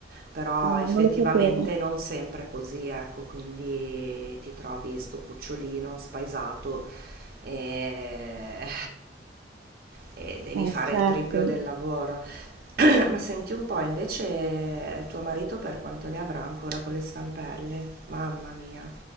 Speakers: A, on the right; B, on the right.
A: Però
B: ah,
A: effettivamente
B: non lo sapevo.
A: non sempre è così, ecco, quindi ti trovi 'sto cucciolino spaesato e, eh, e devi
B: Eh,
A: fare
B: certo.
A: il triplo del lavoro. <clears throat> <coughs> Ma senti un po', invece tuo marito per quanto ne avrà ancora con le stampelle? Mamma mia.